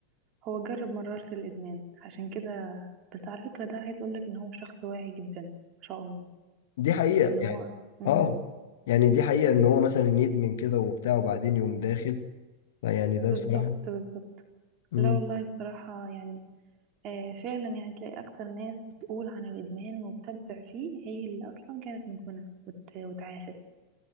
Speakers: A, on the right; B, on the left.
A: هو جرب مرارة الإدمان عشان كده بس على فكرة ده عايز أقولك إن هو شخص واعي جدا ما شاء الله
B: دي حقيقة
A: إن هو
B: يعني
A: امم
B: اه يعني دي حقيقة ان هو مثلا يدمن كده وبتاع وبعدين يقوم داخل فيعني ده
A: بالظبط
B: بصراحة
A: بالظبط
B: مم.
A: لا والله بصراحة يعني آه فعلا يعني تلاقي أكتر ناس بتقول عن الإدمان وبتبدع فيه هي اللي أصلا كانت مدمنة وت... وتعافت